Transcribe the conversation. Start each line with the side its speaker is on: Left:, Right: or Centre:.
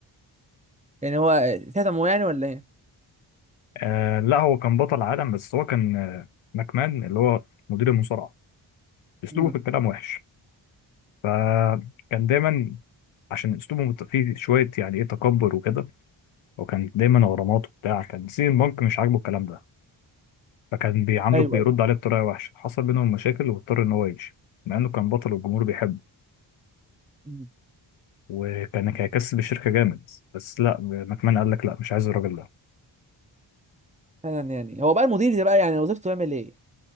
Right: يعني هو كتمه يعني ولا ايه
Left: آه لا هو كان بطل عالم بس هو كان آه، ماكمان اللي هو مدير المصارعة اسلوبه
Right: امم
Left: في الكلام وحش فكان دايما عشان اسلوبه مت- فيه شوية يعني ايه تكبر وكده وكان دايما غرامات وبتاع كان سي بانك مش عاجبه الكلام ده فكان بيعامله
Right: ايوه
Left: بيرد
Right: ايوه
Left: عليه بطريقه وحشه حصل بينهم مشاكل واضطر ان هو يمشي مع انه كان بطل والجمهور بيحبه
Right: مم.
Left: وكان هيكسب الشركه جامد بس لا ماكمان قال لك لا مش عايز الراجل ده
Right: فعلا يعني هو بقى المدير ده بقى يعني وظيفته يعمل ايه